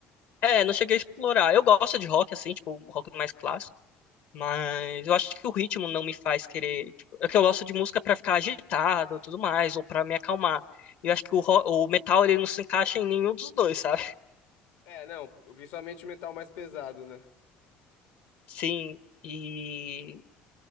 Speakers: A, on the left; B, on the left.
A: É, não cheguei a explorar. Eu gosto de rock, assim, tipo, rock mais clássico. Mas eu acho que o ritmo não me faz querer. Tipo, é que eu gosto de música pra ficar agitado e tudo mais, ou pra me acalmar. Eu acho que o, ro- o metal ele não se encaixa em nenhum dos dois, sabe? <laughs>
B: É, não, principalmente metal mais pesado, né?
A: Sim, e